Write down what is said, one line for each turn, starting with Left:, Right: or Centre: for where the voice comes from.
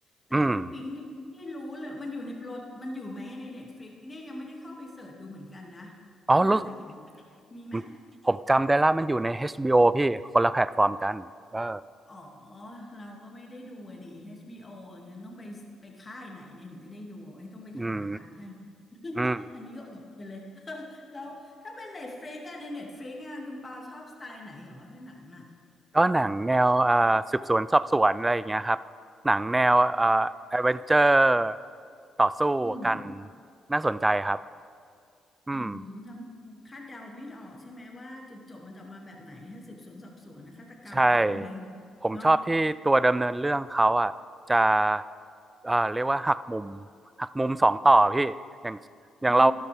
Left: แต่พี่ปิ๊งยังไม่รู้เลยมันอยู่ในโปรดมันอยู่ไหมในเน็ตฟลิกเนี่ยยังไม่ได้เข้าไปเสิร์ชดูเหมือนกันนะเพราะว่าแต่เห็น
Right: อืมอ๋อรู้สึก
Left: มีไหม
Right: ผมผมจำได้ละมันอยู่ใน HBO พี่คนละแพลตฟอร์มกันเออ
Left: อ๋อเราก็ไม่ได้ดูอะดิ HBO อชบีโออย่างงั้นต้องไปไปค่ายไหนเนี่ยถึงจะได้ดูไว้ต้องไปหาละ
Right: อืม
Left: <laughs> ให้ <laughs>
Right: อืม
Left: อันนี้ก็อดไปเลย <laughs> แล้วถ้าเป็นเน็ตฟลิกอะในเน็ตฟลิกอะคุณปาชอบสไตล์ไหนหรอถ้าหนังอะ
Right: ก็หนังแนวเอ่อสืบสวนสอบสวนอะไรอย่างเงี้ยครับหนังแนวเอ่อแอดเวนเจอร์ต่อสู้กัน
Left: อืม
Right: น่าสนใจครับอืม
Left: อืมทำคาดเดาไม่ออกใช่ไหมว่าจุดจบมันจะออกมาแบบไหนถ้าสืบสวนสอบสวนนะฆาตกรรมอะไรพวกเนี้ย
Right: ใช่ผมชอบที่ตัวดำเนินเรื่องเขาอ่ะจะ
Left: เนาะ
Right: เอ่อเรียกว่าหักมุมหักมุมสองต่อพี่อย่างอย่างเรา
Left: อื